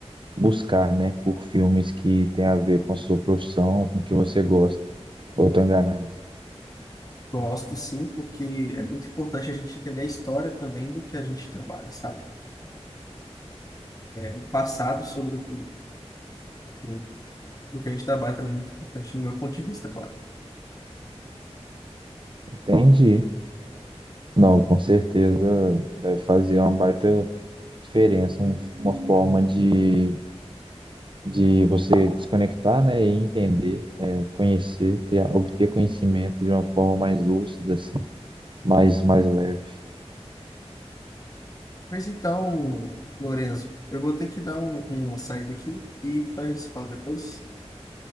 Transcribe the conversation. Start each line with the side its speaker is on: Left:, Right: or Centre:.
Right: buscar, né, por filmes que tem a ver com a sua profissão, com o que você gosta. Ou tô enganado?
Left: Gosto sim, porque é muito importante a gente entender a história também do que a gente trabalha, sabe? O passado sobre o, o, do que a gente trabalha também é muito importante, no meu ponto de vista, claro.
Right: Entendi. Não, com certeza deve fazer uma baita diferença, um- uma forma de, de você desconectar, né, e entender, é, conhecer, ter, obter conhecimento de uma forma mais lúcida, assim, mais, mais leve.
Left: Mas então, Lorenzo, eu vou ter que dar um, uma saída aqui e então a gente se fala depois.